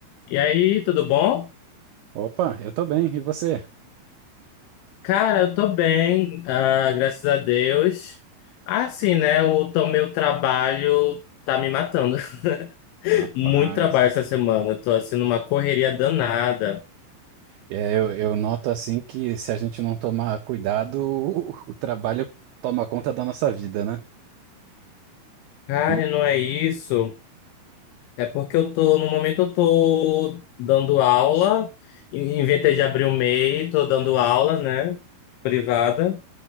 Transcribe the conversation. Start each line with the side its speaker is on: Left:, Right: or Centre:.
Left: E aí, tudo bom?
Right: Opa, eu tô bem, e você?
Left: Cara, eu tô bem, ah, graças a Deus. Assim, né? O tão- meu trabalho tá me matando. <laughs>
Right: Rapaz,
Left: Muito trabalho essa semana. Eu Tô assim numa correria danada.
Right: é, eu, eu noto assim que se a gente não tomar cuidado, <laughs> o, o trabalho toma conta da nossa vida, né?
Left: Cara,
Right: Sim.
Left: e não é isso. É porque eu tô, no momento eu tô dando aula, in- inventei de abrir o MEI, tô dando aula, né? Privada.